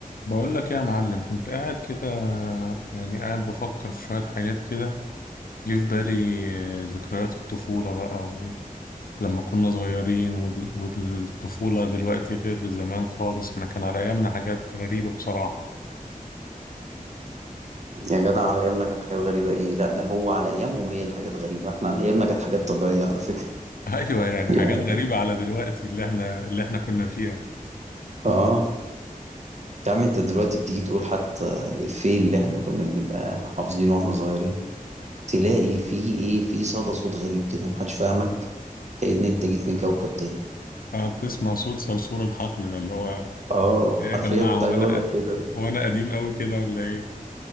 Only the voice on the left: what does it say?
بقول لك ايه يا معلم كنت قاعد كده يعني قاعد بفكر في شوية حاجات كده جه في بالي ذكريات الطفولة بقى ولما كنا صغيرين وال- والطفولة دلوقتي غير زمان خالص احنا كان على ايامنا حاجات غريبة بصراحة
<laughs> ايوه
يعني
حاجات غريبة على دلوقتي اللي احنا اللي احنا كنا فيها
قاعد تسمع صوت صرصور الحقل ده اللي هو
إيه
يا جماعة
هو
انا
هو انا قديم قوي كده ولا ايه؟